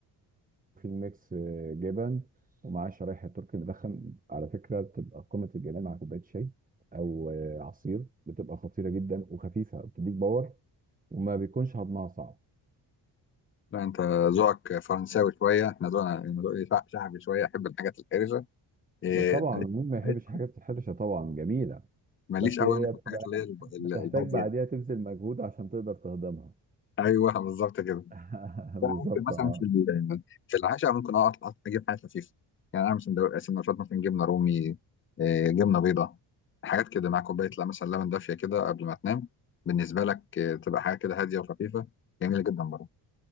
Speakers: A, on the right (about 20°); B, on the left (about 30°).
A: فيه ميكس آه، جبن ومعاه شرايح التركي المدخن على فكرة بتبقى قمة الجمال مع كوباية شاي أو آه، عصير بتبقى خطيرة جدا وخفيفة بتديك باور وما بيكونش هضمها صعب
B: لا انت ذوقك فرنساوي شويه احنا ذوقنا ذوقي شع- شعبي شويه احب الحاجات الحرجه إيه،
A: طبعا
B: <laughs>
A: مين ما يحبش
B: ماليش
A: حاجات الحرشة طبعا جميلة
B: ماليش
A: بس
B: قوي
A: هي
B: انا في
A: بتبقى
B: الحاجات اللي هي الب- ال-
A: بتحتاج
B: الهاديه
A: بعديها
B: دي.
A: تبذل مجهود عشان تقدر تهضمها
B: ايوه بالظبط كده
A: <laughs> بالظبط
B: أنا ممكن مثلا
A: اه
B: في ال- في العشاء ممكن اقعد أقعد اجيب حاجه خفيفه يعني اعمل سندوتش سندوتشات مثلا جبنه رومي إيه، جبنه بيضاء حاجات كده مع كوبايه لا مثلا لبن دافيه كده قبل ما تنام بالنسبه لك إيه، تبقى حاجه كده هاديه وخفيفه جميله جدا برضه